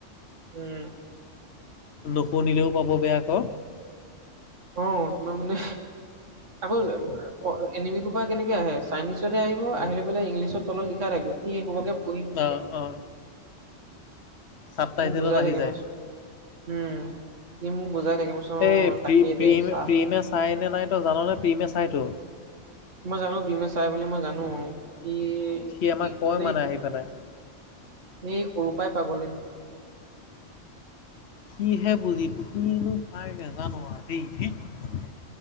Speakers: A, on the right; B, on the left.
A: উম।
B: নুশুনিলেও পাব বেয়া আক।
A: অ তোমাৰ মানে আকৌ এনিমি সোপা কেনেকে আহে। চাইনিচতে আহিব
B: উম,
A: আহিলে পেলাই ইংলিছত তলত লিখা থাকে সি সেই সোপাকে পঢ়ি পঢ়ি থাকে
B: অ অ। চাব টাইটেলত
A: মোক বুজাই
B: আহি
A: থাকে
B: যায়
A: <unintelligible> উম সি মোক বুজাই থাকে <unintelligible>
B: এই প্ৰি
A: তাকেই
B: প্ৰি
A: দে চা
B: প্ৰিমে চাইনে নাই তই জাননেে প্ৰিমে চাইটো।
A: মই জানো প্ৰিমে চাই বুলি মই জানো। ই,
B: সি আমাক
A: ই
B: কয়
A: মানে
B: আহি পেলাই
A: সি সৰুৰ পৰাই পাগলীন
B: সিহে বুজি কিনো পাই নোজানো আৰু দেই ধেইত